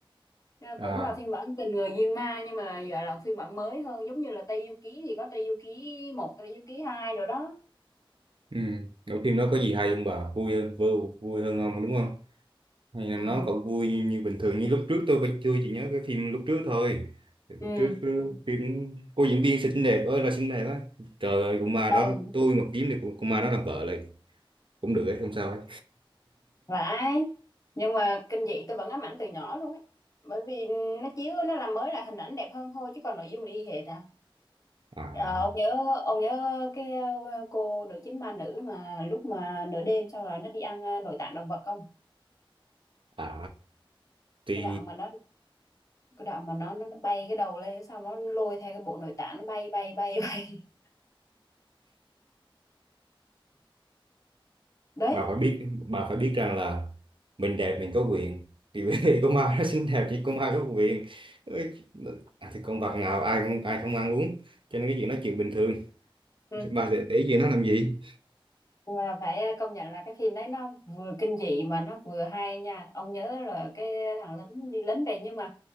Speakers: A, on the left; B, on the right.
A: Nên là
B: à
A: cũng là phiên bản tình người Diên Ma nhưng mà giờ là phiên bản mới hơn giống như là Tây Du Ký thì có Tây Du Ký một Tây Du Ký hai rồi đó
B: ừ. Cái phim đó có
A: ừ
B: gì hay không bà vui hơn vui, vui hơn không đúng không hay là
A: ừ
B: nó vẫn vui như bình thường như lúc trước tôi tôi chỉ nhớ cái phim lúc trước thôi Thì lúc
A: ừ
B: trước cứ phim cô diễn viên xinh đẹp ơi là xinh đẹp á trời ơi cũng ma
A: ừ,
B: đó tôi mà kiếm được con con ma đó làm vợ là cũng được ấy không sao ấy
A: phải nhưng mà kinh dị tôi vẫn ám ảnh từ nhỏ luôn ấy bởi vì nó chiếu nó làm mới là hình ảnh đẹp hơn thôi chứ còn nội dung là y hệt à
B: à
A: Ờ, ông nhớ ông nhớ cái ờ, cô nữ chính ma nữ mà lúc mà nửa đêm xong rồi nó đi ăn ờ, nội tạng động vật không?
B: à thì
A: Cái đoạn mà nó cái đoạn mà nó nó nó bay cái đầu lên xong nó lôi theo cái bộ nội tạng nó bay bay bay <laughs> bay. Đấy.
B: bà phải biết bà phải biết rằng là mình đẹp mình có quyền thì <laughs> bởi vì con ma nó xinh đẹp chỉ con ma có quyền Ôi, à, thì con vật nào ai không ai không ăn uống cho nên cái chuyện nói chuyện bình thường
A: Ừ.
B: bà để, để ý gì nó làm gì
A: Và phải ờ, công nhận là cái phim đấy nó vừa kinh dị mà nó vừa hay nha. Ông nhớ là cái thằng lính đi lính về nhưng mà